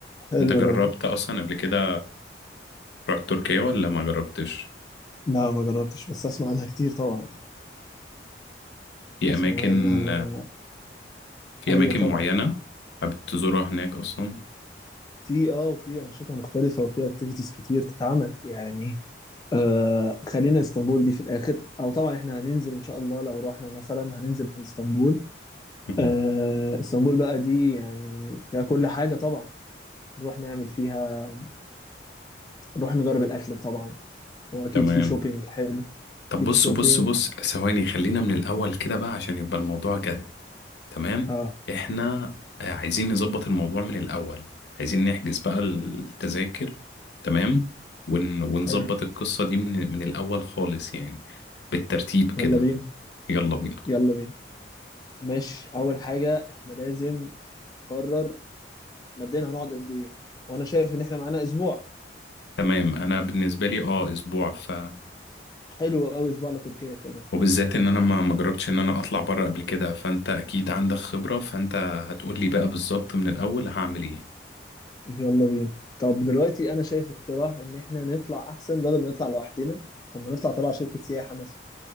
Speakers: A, on the left (about 20°); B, on the left (about 70°).
A: حلو
B: انت جربت
A: ده
B: اصلا قبل كده رحت تركيا ولا ما جربتش
A: لا ما جربتش بس اسمع عنها كتير طبعا يعني.
B: في
A: اسمع
B: اماكن
A: عنها
B: في
A: ايوه
B: اماكن
A: طبعا
B: معينة حابب تزورها هناك اصلا
A: في اه وفي انشطه مختلفه وفي اكتيفيتيز كتير تتعمل يعني آه خلينا اسطنبول دي في الاخر او طبعا احنا هننزل ان شاء الله لو رحنا مثلا هننزل في اسطنبول
B: مم.
A: آه اسطنبول بقى دي يعني فيها كل حاجه طبعا نروح نعمل فيها نروح نجرب الاكل طبعا واكيد
B: تمام
A: في شوبينج حلو
B: طب
A: اكيد
B: بص
A: شوبينج
B: بص بص ثواني خلينا من الاول كده بقى عشان يبقى الموضوع جد تمام
A: اه
B: احنا آه، عايزين نظبط الموضوع من الاول عايزين نحجز بقى التذاكر تمام ون... ونظبط
A: حلو
B: القصة دي من... من الاول خالص يعني بالترتيب كده
A: يلا بينا
B: يلا بينا
A: يلا بينا ماشي اول حاجه احنا لازم نقرر مبدئيا هنقعد قد ايه وانا شايف ان احنا معانا اسبوع
B: تمام انا بالنسبه لي اه اسبوع ف
A: حلو قوي اسبوع لتركيا كمان
B: وبالذات ان انا ما ما جربتش ان انا اطلع بره قبل كده فانت اكيد عندك خبره فانت هتقول لي بقى بالظبط من الاول هعمل ايه
A: يلا بينا طب دلوقتي انا شايف اقتراح ان احنا نطلع احسن بدل ما نطلع لوحدنا طب ما نطلع تبع شركه سياحه مثلا